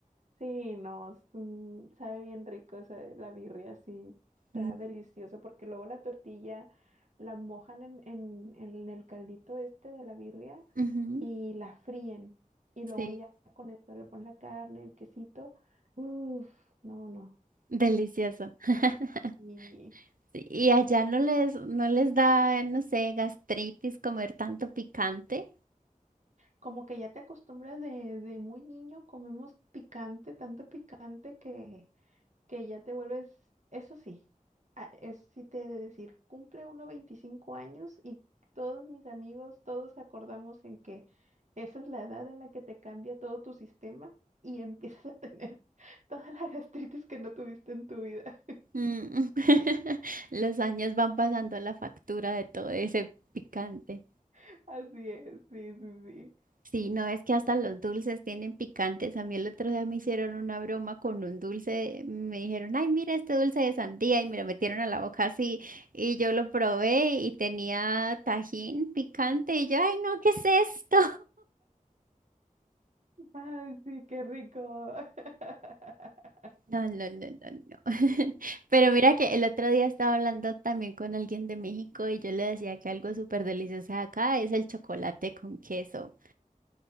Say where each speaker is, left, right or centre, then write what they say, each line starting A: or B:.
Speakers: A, on the right; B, on the right.
A: Sí, no, es un- sabe bien rico esa- la birria, sí, está
B: Mm,
A: deliciosa porque luego la tortilla la mojan en, en, en el caldito este de la birria
B: ujú,
A: y la fríen y luego
B: Sí,
A: ya con esto le ponen la carne, el quesito, uff, no, no,
B: delicioso. <laughs>
A: y
B: Sí, Y allá no les, no les da, no sé, gastritis comer tanto picante.
A: Como que ya te acostumbras de, de muy niño, comemos picante, tanto picante que, que ya te vuelves, eso sí, a- eso sí te he de decir, cumple uno veinticinco años y todos mis amigos, todos acordamos en que esa es la edad en la que te cambia todo tu sistema y <laughs> empiezas a tener <laughs> toda la gastritis que no tuviste en tu vida.
B: Mm. <laughs> Los años van pasando la factura de todo ese picante.
A: <laughs> Así es, sí, sí, sí.
B: Sí, no es que hasta los dulces tienen picantes. A mí el otro día me hicieron una broma con un dulce. Me dijeron, ay, mira este dulce de sandía y me lo metieron a la boca así. Y yo lo probé y tenía tajín picante y yo, ay, no, ¿qué es esto?
A: Ay, sí, qué rico. <laughs>
B: No, no, no, no, no. <laughs> Pero mira que el otro día estaba hablando también con alguien de México y yo le decía que algo súper delicioso de acá es el chocolate con queso.